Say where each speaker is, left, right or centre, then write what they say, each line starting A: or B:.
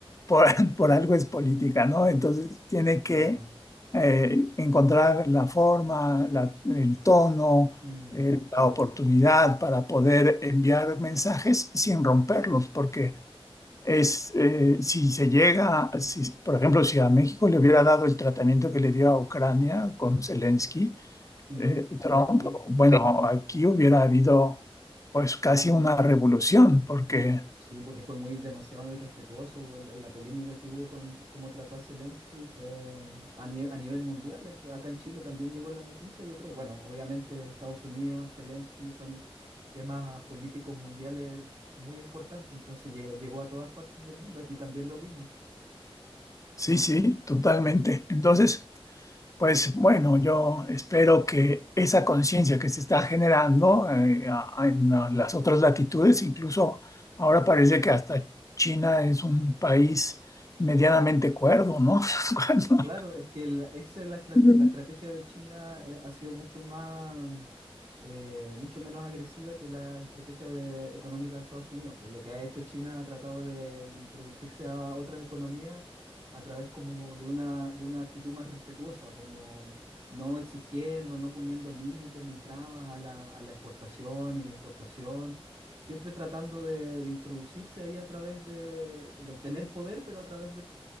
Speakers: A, on the left; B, on the right.
A: por, <laughs> por algo es política, ¿no? Entonces tiene que
B: claro.
A: eh, encontrar la forma, la- el tono,
B: Mm,
A: eh, la oportunidad para poder enviar mensajes sin romperlos, porque es, eh, si se llega, si, por ejemplo, si a México le hubiera dado el tratamiento que le dio a Ucrania con Zelensky,
B: ujú,
A: eh, Trump,
B: Sí.
A: Sí, bueno, aquí hubiera habido pues casi una revolución, porque
B: u- sí, porque fue muy demasiado irrespetuoso el- la polémica que hubo con cómo trató a Zelensky, fue a nivel, a nivel mundial, ento- acá en Chile también llegó la noticia, yo creo, bueno, obviamente Estados Unidos, Zelensky son temas políticos mundiales muy importantes, entonces llegó, llegó a todas partes del mundo, aquí también lo vimos.
A: sí, sí, totalmente. Entonces, Pues bueno, yo espero que esa conciencia que se está generando eh, a- a- en ah, las otras latitudes, incluso ahora parece que hasta China es un país medianamente cuerdo, ¿no? <laughs> Cuando-
B: Claro, es que el, esa es la, estrate-
A: Ujú.
B: la estrategia de China eh, ha sido mucho más, eh, mucho menos agresiva que la estrategia de- económica de Estados Unidos. Pues lo que ha hecho China ha tratado de introducirse a otras economías a través como de una, de una actitud más respetuosa, como no exigiendo, no poniendo límites ni trabas a la, a la exportación y la importación, siempre tratando de, de introducirse ahí a través de, de obtener poder, pero a través